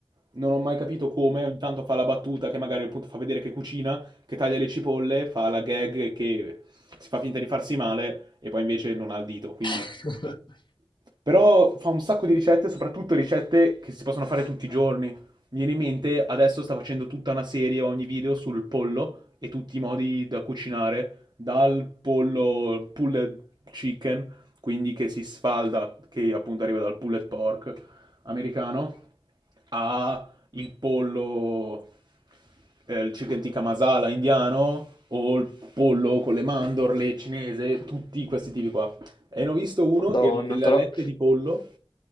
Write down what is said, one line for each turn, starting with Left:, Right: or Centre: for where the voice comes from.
Right: Non ho mai capito come. Ogni tanto fa la battuta che magari appunto fa vedere che cucina, che taglia le cipolle, fa la gag che si fa finta di farsi male e poi invece non ha il dito. Quindi
Left: <laughs>
Right: però fa un sacco di ricette, soprattutto ricette che si possono fare tutti i giorni. Mi viene in mente, adesso sta facendo tutta una serie, ogni video sul pollo e tutti i modi da cucinare, dal pollo pulled chicken, quindi che si sfalda, che appunto arriva dal pulled pork americano, a il pollo, eh, il chicken tikka masala indiano o il pollo con le mandorle cinese, tutti questi tipi qua. E ne ho visto uno,
Left: Madonna,
Right: erano delle
Left: però
Right: alette di pollo